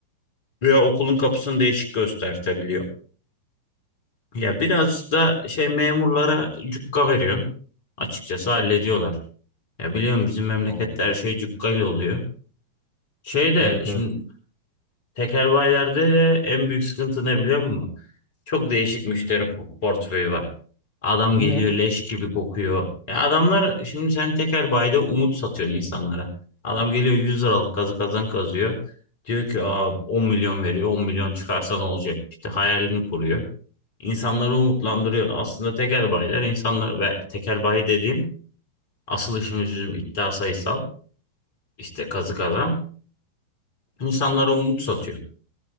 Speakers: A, on the left; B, on the left.
A: Veya okulun kapısını değişik göstertebiliyor. Ya biraz da şey memurlara cukka veriyorum. Açıkçası hallediyorlar. Ya biliyorum bizim memlekette
B: Aa,
A: her şey cukka ile oluyor. Şey de
B: evet
A: şimdi
B: evet.
A: tekerbaylerde de en büyük sıkıntı ne biliyor musun? Çok değişik müşteri po- portföyü var. Adam
B: Niye?
A: geliyor leş gibi kokuyor. Ya adamlar şimdi sen tekel bayda umut satıyorsun insanlara. Adam geliyor 100 liralık kazı kazan kazıyor. Diyor ki Aa, 10 milyon veriyor. 10 milyon çıkarsa ne olacak? İşte hayalini kuruyor. İnsanları umutlandırıyor. Aslında tekel bayiler insanlar ve tekel bayi dediğim asıl işimiz bizim iddia sayısal işte kazı kazan. İnsanlara umut satıyor.